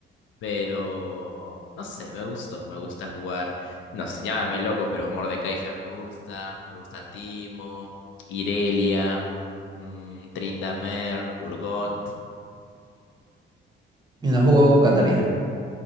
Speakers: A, on the left (about 70°); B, on the right (about 20°).
A: pero no sé, me gustó, me gusta jugar, no sé, llámame loco, pero Mordekaiser me gusta, me gusta Timo, Irelia, mm, Tryndamere, Urgot.
B: ¿Y no has jugado con Catarina?